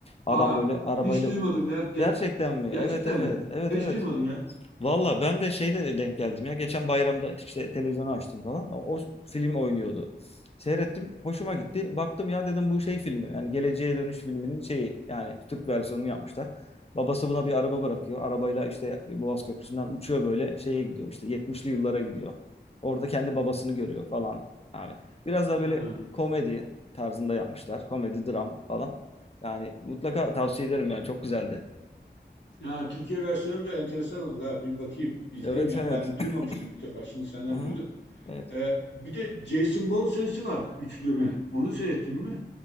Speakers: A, on the left; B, on the left.
A: Adam
B: Aa
A: böyle arabayla
B: hiç duymadım ya. Gerçek
A: Gerçekten mi?
B: gerçekten
A: Evet evet.
B: mi?
A: Evet
B: Hiç
A: evet.
B: duymadım ya.
A: Valla ben de şeyde denk geldim ya. Geçen bayramda işte televizyonu açtım falan. O, o film oynuyordu. Seyrettim. Hoşuma gitti. Baktım ya dedim bu şey filmi. Yani Geleceğe Dönüş filminin şeyi. Yani Türk versiyonunu yapmışlar. Babası buna bir araba bırakıyor. Arabayla işte Boğaz Köprüsü'nden uçuyor böyle şeye gidiyor. İşte 70'li yıllara gidiyor. Orada kendi babasını görüyor falan. Yani biraz da
B: Ha.
A: böyle komedi tarzında yapmışlar. Komedi, dram falan. Yani mutlaka tavsiye ederim yani çok güzeldi.
B: Ya Türkiye versiyonu da enteresan olur ha. Bir bakayım, izleyeyim
A: Evet
B: yani.
A: evet.
B: Ben duymamıştım ilk defa. Şimdi
A: <laughs>
B: senden
A: Hı hı.
B: duydum.
A: Evet.
B: Ee, bir de Jason Bourne serisi var üçlüme. Onu seyrettin mi?